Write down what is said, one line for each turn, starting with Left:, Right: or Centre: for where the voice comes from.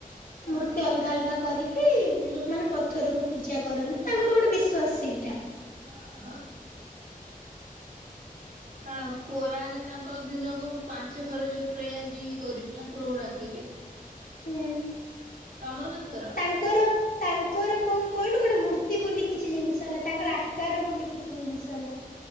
Right: ହଁ
Left: ମୂର୍ତ୍ତି
Right: ହଁ
Left: ଅଲଗ ଅଲଗା କରିକି ମାନେ, ପଥରକୁ ପୂଜା କରନ୍ତି, ତାଙ୍କର ଗୋଟେ ବିଶ୍ୱାସ ସେଇଟା।
Right: ଆ। ଆଉ କୋରା ନା ତାଙ୍କ କ ଦିନକୁ ପାଞ୍ଚ ଥର ଯୋଉ ପ୍ରେ ଯିଇଏ କରିବେ ଠାକୁରଙ୍କୁ ଡାକିବେ।
Left: ହୁଁ।
Right: ତମର କେଥର?
Left: ତାଙ୍କର ତାଙ୍କର କଣ କହିଲୁ ଗୋଟେ ମୂର୍ତ୍ତି ବୋଲି କିଛି ଜିନିଷ ନାହିଁ। ତାଙ୍କର ଆକାର ବୋଲି କିଛି ଜିନିଷ ନାହିଁ।